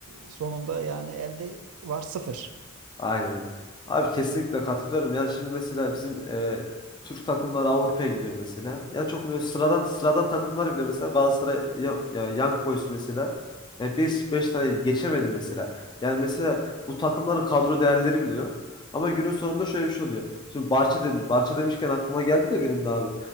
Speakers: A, on the right (about 80°); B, on the left (about 20°).
A: E, sonunda yani elde var sıfır.
B: Aynen. Abi kesinlikle katılıyorum. Yani şimdi mesela bizim e, Türk takımları Avrupa'ya gidiyor mesela. Yani çok böyle sıradan sıradan takımlar bile mesela Galatasaray ya, ya Young Boys mesela yani 5 5 tane geçemedi mesela. Yani mesela bu takımların kadro değerleri bile yok. Ama günün sonunda şöyle bir şey oluyor. Şimdi Barça dedim. Barça demişken aklıma geldi de benim de abi.